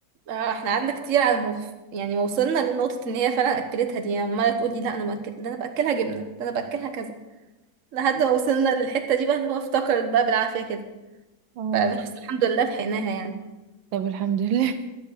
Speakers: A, on the right; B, on the right.
A: آه، احنا قعدنا كتير على موف يعني ما وصلنا لنقطة ان هي فعلا اكلتها دي يعني عمالة تقولي لا انا مأكل... ده انا باكلها جبنة ده انا باكلها كذا لحد ما وصلنا للحتة دي بقى اللي هو افتكرت بقى بالعافية كده
B: اه
A: فبنحس الحمد لله لحقناها يعني
B: طب الحمد لله